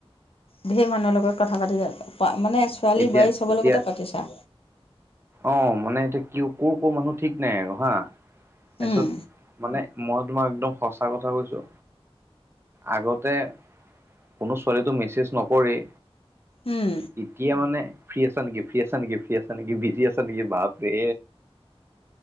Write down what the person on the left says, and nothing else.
ঢেৰ মানুহৰ লগত কথা পাতি থা মানে ছোৱালী
বোৱাৰী চবৰ
লগতে পাতিছা
উম
উম